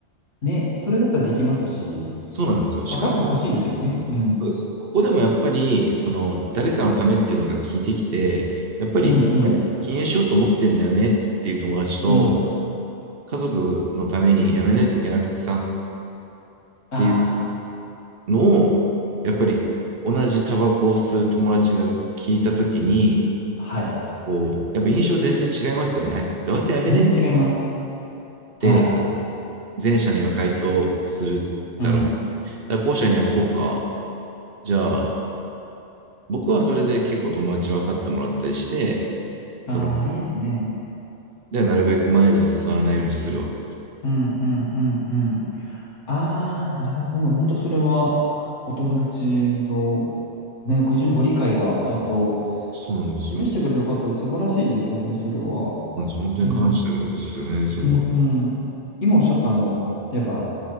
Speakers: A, on the left; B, on the right.
A: ね、それだったらできますし、
B: そうなんですよ。しかも、
A: 分かってほしいですよね。うん。
B: そうです。ここでもやっぱり、その、誰かのためっていうのが聞いてきて、やっぱり、
A: うん、うん、
B: これ、禁煙しようと思ってんだよねっていう友達と、
A: うん。
B: 家族のためにやめないといけなくてさっ
A: あ
B: ていうのを、やっぱり、同じタバコを吸う友達が聞いたときに、
A: あ、はい。
B: こう、やっぱ印象全然違いますよね。あどうせやめれんねっ
A: 全然違います。
B: て
A: はい。
B: 前者には回答するだろう。
A: うん。
B: だから後者にはそうか。じゃあ、僕はそれで結構友達分かってもらったりして、
A: ああ、
B: その
A: いいですね。
B: で、なるべく前では座らないようにするわ。
A: うんうんうんうん。ああ、なるほど。本当それはお友達のね、ご自身のご理解がちゃんと
B: そうなんですよ。
A: 示してくれる方で素晴らしいですよね、それは。
B: なんですよ本当に感謝ですよね、
A: でも、
B: それは。
A: うんうん、今おっしゃったあの、例えば、